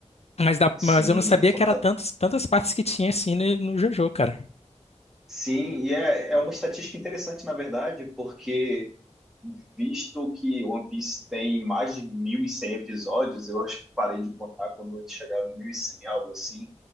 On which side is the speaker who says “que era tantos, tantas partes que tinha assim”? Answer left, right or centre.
Left